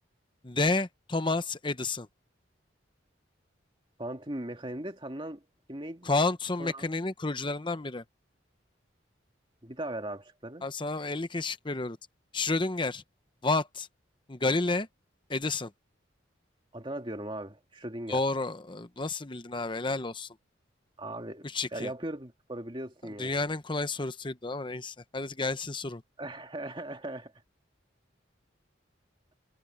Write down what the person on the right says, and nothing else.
Kuantum mekaniğinde tanınan kim neydi?
Soran.
Bir daha ver abi şıkları.
Adana diyorum abi. Schrödinger.
Abi
ya yapıyoruz bu sporu biliyorsun yani.
<laughs>